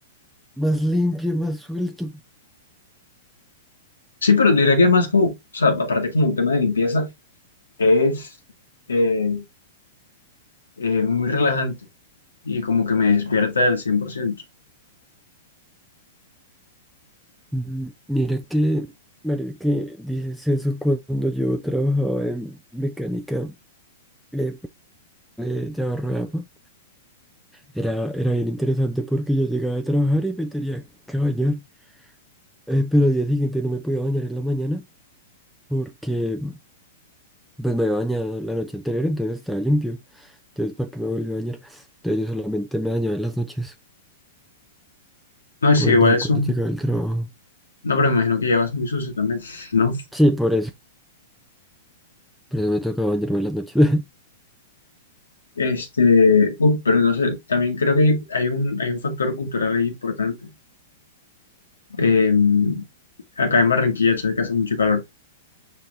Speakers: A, in the centre; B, on the left.
A: más limpio, más suelto.
B: Sí, pero diría que es más como, o sea, aparte como un tema de limpieza, es eh, eh, muy relajante y como que me despierta al 100%.
A: Mm, Mira que, mira que dices eso cuando yo trabajaba en mecánica eh, de llavarro de agua. Era, era bien interesante porque yo llegaba de trabajar y me tenía que bañar. Eh, pero al día siguiente no me podía bañar en la mañana porque pues me había bañado la noche anterior, entonces estaba limpio. Entonces, ¿para qué me volví a bañar? Entonces yo solamente me bañaba en las noches.
B: No, sí,
A: Cuando,
B: igual es
A: cuando
B: un,
A: llegaba el trabajo.
B: No, pero me imagino que llevas muy sucio también, <laughs> ¿no?
A: Sí, por eso. Por eso me tocaba bañarme en las noches. <laughs>
B: Este, uf, pero no sé, también creo que hay un, hay un factor cultural ahí importante. Eh, acá en Barranquilla, sabes que hace mucho calor.